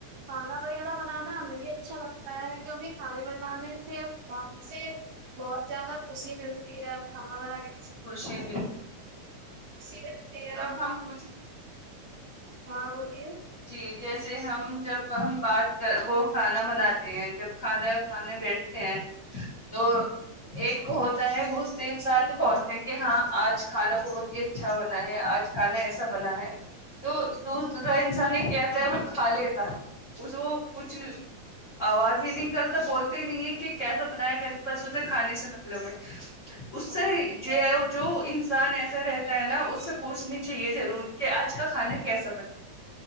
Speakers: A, on the right; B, on the left.
A: کھانا وغیرہ بنانا ہمیں بھی اچھا لگتا ہے کیونکی کھانے بنانے سے کھلانے سے بہت زیادہ خوشی ملتی ہے کھانا بنا کے
B: خوشی میں
A: خوشی ملتی ہے
B: جب
A: اور
B: ہم کچھ
A: ہاں بولتی ہے
B: جی جیسے ہم جب ہم بات کر وہ کھانا بناتے ہیں جب کھانا کھانے بیٹھ ہے تو ایک کو ہوتا ہے وہ دوسرے انسان سے بولتے ہیں کہ ہاں آج کھانا بہت یہ اچھا بنا ہے آج کھانا ایسا بنا ہے تو دوسرا انسان یہ کہتا ہے وہ کھا لیتا ہے اس وہ جو کچھ آواز ہی نہیں نکلتا بولتے ہی نہیں ہے کہ کیسا بنایا کیسا اچھے سے کھانے سے مطلب ہے اس
A: ہاں
B: سے ہی
A: وہ تو
B: جے
A: ہے، ہوں
B: ہو جو انسان ایسا رہتا ہے نا اس سے پوچھنی چاہیے ضرور کہ آج کا کھانا کیسا بنائے